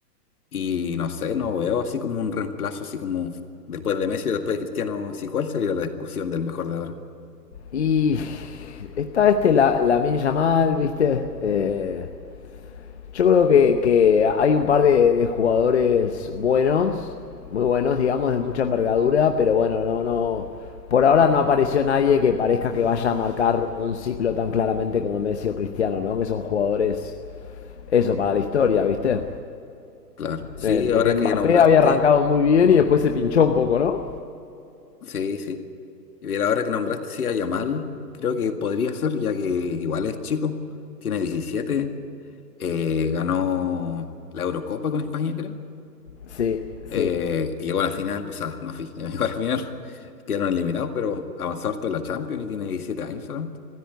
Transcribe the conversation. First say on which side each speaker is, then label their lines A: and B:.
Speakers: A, on the left; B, on the left.
A: Y no sé, no veo así como un reemplazo, así como después de Messi o después de Cristiano, sí, ¿cuál sería la discusión del mejor de ahora?
B: Y está este la, Lamine Yamal, ¿viste? Eh, yo creo que, que hay un par de, de jugadores buenos, muy buenos, digamos, de mucha envergadura, pero bueno, no, no. Por ahora no apareció nadie que parezca que vaya a marcar un ciclo tan claramente como Messi o Cristiano, ¿no? Que son jugadores, eso, para la historia, ¿viste?
A: Claro, sí,
B: Eh,
A: ahora
B: porque Mbappé
A: que nombraste,
B: había arrancado muy bien y después se pinchó un poco, ¿no?
A: sí, sí. Y ver ahora que nombraste, sí, a Yamal, creo que podría ser, ya que igual es chico, tiene 17, eh, ganó la Eurocopa con España, creo.
B: Sí, sí.
A: eh, y llegó a la final, o sea, no fui, <laughs> llegó a la final, quedaron eliminados, pero avanzó harto en la Champions y tiene 17 años solamente.